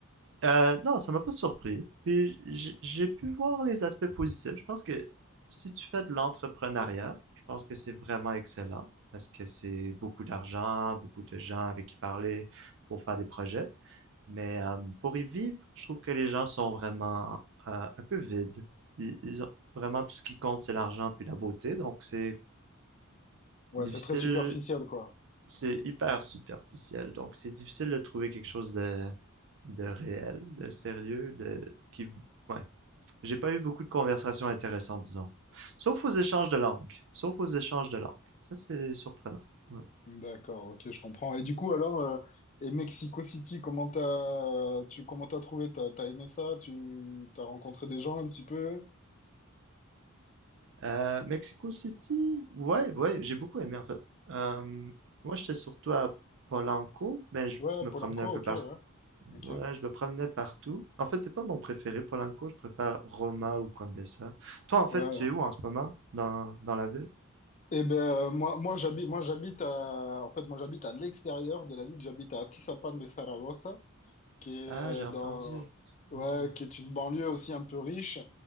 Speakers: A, on the right; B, on the left.
A: Euh, non, ça m'a pas surpris. Puis j- j'ai pu voir les aspects positifs. Je pense que si tu fais de l'entrepreneuriat, je pense que c'est vraiment excellent parce que c'est beaucoup d'argent, beaucoup de gens avec qui parler pour faire des projets. Mais euh, pour y vivre, je trouve que les gens sont vraiment euh, un peu vides. Ils, ils ont vraiment tout ce qui compte, c'est l'argent puis la beauté. Donc c'est
B: Ouais,
A: difficile
B: c'est très superficiel, quoi.
A: c'est hyper superficiel, donc c'est difficile de trouver quelque chose de, de réel, de sérieux, de qui ouais. J'ai pas eu beaucoup de conversations intéressantes, disons. Sauf aux échanges de langues. Sauf aux échanges de langues. Ça, c'est surprenant. Ouais.
B: D'accord, ok, je comprends. Et du coup, alors, euh, et Mexico City, comment t'as, tu, comment t'as trouvé? T'as, t'as aimé ça? Tu, t'as rencontré des gens un petit peu?
A: Euh, Mexico City, ouais, ouais, j'ai beaucoup aimé en fait. Euh, moi, j'étais surtout à Polanco, mais je
B: Ouais,
A: me
B: Polanco,
A: promenais un peu
B: ok,
A: partout.
B: ouais, ok,
A: Ouais, je me promenais partout. En fait, c'est pas mon préféré, Polanco. Je préfère Roma ou Condessa. Toi, en fait,
B: ouais.
A: tu es où en ce moment? Dans, dans la ville?
B: Eh ben, euh, moi, moi, j'habite, moi, j'habite à, en fait, moi, j'habite à l'extérieur de la ville. J'habite à Tizapan de Zaragoza. qui est
A: Ah,
B: euh,
A: j'ai entendu.
B: dans, ouais,
A: Ouais.
B: qui est une banlieue aussi un peu riche,